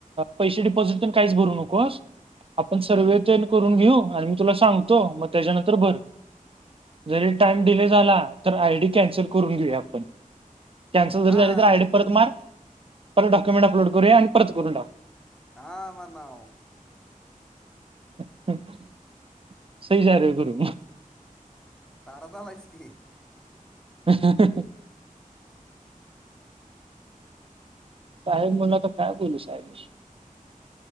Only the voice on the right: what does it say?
पैसे डिपॉझिटून काहीच भरू नको. कोस आपण सर्वे तेन करून घेऊ आणि मी तुला सांगतो. मग त्याच्यानंतर भर. जरी टाइम डिले झाला तर आयडी कॅन्सल करून घेऊया आपण. कॅन्सल जरी
झाली तर आयडी परत मार, परत डॉक्युमेंट अपलोड करूया आणि परत करून टाकू.
<unintelligible> सही जा रहे गुरु.
ह....., साहेब म्हणलो आता काय बोलू साहेब